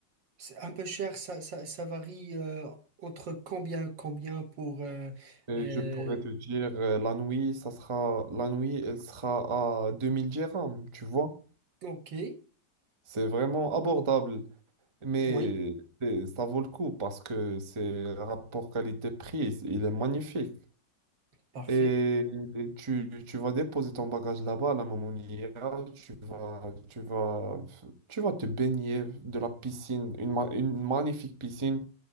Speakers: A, on the right; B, on the right.
A: C'est un peu cher, ça, ça, ça varie euh, entre combien, combien pour... euh,
B: Euh,
A: euh,
B: je pourrais te dire, euh, la nuit, ça sera, la nuit, elle sera à 2000 dirhams, tu vois.
A: ok,
B: C'est vraiment abordable, mais
A: Oui.
B: euh, ça vaut le coup parce que c'est rapport qualité-prix, il est magnifique.
A: parfait.
B: Et tu, tu vas déposer ton bagage là-bas à la Mamounia, tu vas, tu vas, tu vas te baigner de la piscine, une, ma- une magnifique piscine.